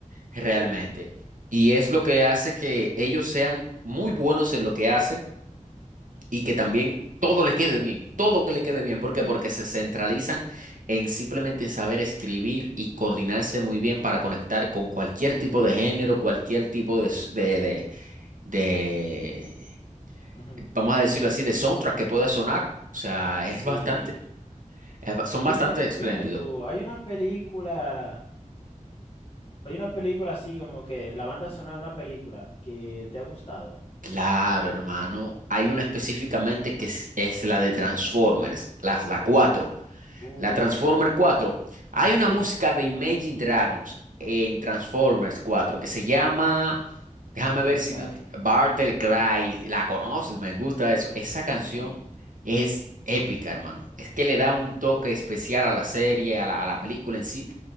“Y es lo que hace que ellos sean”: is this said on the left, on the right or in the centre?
Right